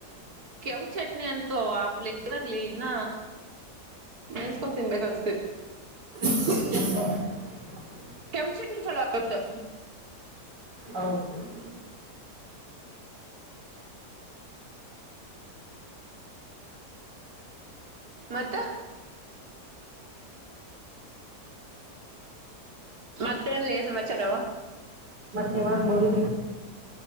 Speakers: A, on the right; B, on the right.
A: ಕೆಂ ಚಟ್ನಿ ಅಂತವಾ ಫ್ಲೇವರ್ಲಿ ಇನ್ನ ನೆನ್ಸ್ಕೊಂಡ್ ತಿನ್ಬೇಕು ಅನ್ಸತತಿ
B: <inaudible>
A: ಕೆಂಪು ಚಟ್ನಿ ಚಲೋವತ್ತು
B: ಹೌ ಹ
A: ಮತ್ತ ಮತ್ತೆ ಲೇಚಾನಲ್ ಚರು
B: ಮತ್ತೆ ಯಾವಗ ಬರುದಿ